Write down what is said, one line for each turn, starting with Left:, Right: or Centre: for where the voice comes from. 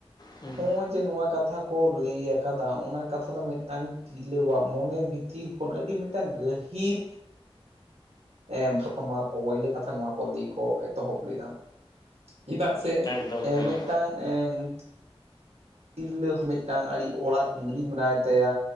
Left: ᱦᱩᱸ,
Right: ᱦᱚᱸᱼᱚᱭ ᱡᱮ ᱱᱚᱣᱟ ᱠᱟᱛᱷᱟ ᱠᱚ ᱞᱟᱹᱭ ᱟᱠᱟᱫᱟ ᱚᱱᱟ ᱠᱟᱛᱷᱟ ᱫᱚ ᱢᱤᱫᱴᱟᱝ ᱛᱤᱨᱞᱟᱹᱣᱟᱜ ᱢᱚᱱᱮ ᱵᱷᱤᱛᱤᱨ ᱠᱷᱚᱱ ᱟᱹᱰᱤ ᱢᱤᱫᱴᱟᱝ ᱜᱟᱹ ᱠᱤᱨ ᱮᱸ ᱵᱷᱟᱠᱷᱚᱱ ᱱᱚᱣᱟ ᱯᱚ ᱯᱳᱭᱞᱟᱹ ᱠᱟᱛᱷᱟ ᱱᱚᱣᱟ ᱠᱚ ᱞᱟᱹᱭ ᱠᱚ ᱮᱛᱚᱦᱚᱵ ᱞᱮᱫᱟ ᱪᱤᱫᱟᱜ ᱛᱮ
Left: ᱮᱠᱫᱚᱢ
Right: ᱮ
Left: ᱦᱩᱸ
Right: ᱢᱤᱜᱴᱟᱝ ᱮᱸ ᱡᱩᱢ ᱛᱤᱨᱞᱟᱹ ᱦᱚᱸ ᱢᱤᱜᱴᱟᱝ ᱟᱹᱲᱤ ᱚᱲᱟᱜ ᱡᱩᱨᱤ ᱢᱮᱱᱟᱭ ᱛᱟᱭᱟ᱾